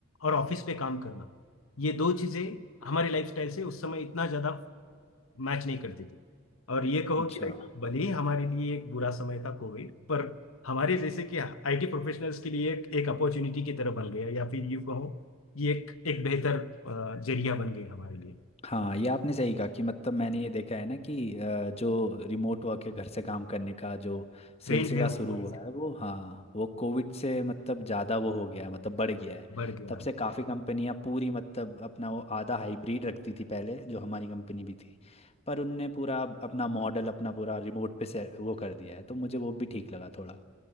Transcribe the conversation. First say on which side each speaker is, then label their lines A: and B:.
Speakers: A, on the left; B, on the left.
A: और ऑफिस पे काम करना ये दो चीजें हमारी लाइफस्टाइल से उस समय इतना ज्यादा मैच नहीं करती थी और ये कहो
B: अच्छा
A: कि लाइक भले ही हमारे लिए एक बुरा समय था कोविड पर हमारे जैसे कि आईटी प्रोफेशनल्स के लिए एक एक अपॉर्चुनिटी की तरह बन गया या फिर यूं कहो ये एक एक बेहतर अ, जरिया बन गया हमारे लिए
B: हाँ ये आपने सही कहा कि मतलब मैंने ये देखा है ना कि अ, जो रिमोट वर्क है घर से काम करने का जो
A: ट्रेंड
B: सिलसिला
A: है वो
B: शुरू हुआ है वो हाँ वो कोविड से मतलब ज़्यादा वो हो गया है मतलब बढ़ गया है
A: बढ़ गया
B: तब से काफ़ी कंपनियां पूरी मतलब अपना वो आधा हाइब्रिड रखती थी पहले जो हमारी कंपनी भी थी पर उनने पूरा अपना मॉडल अपना पूरा रिमोट पे से वो कर दिया है तो मुझे वो भी ठीक लगा थोड़ा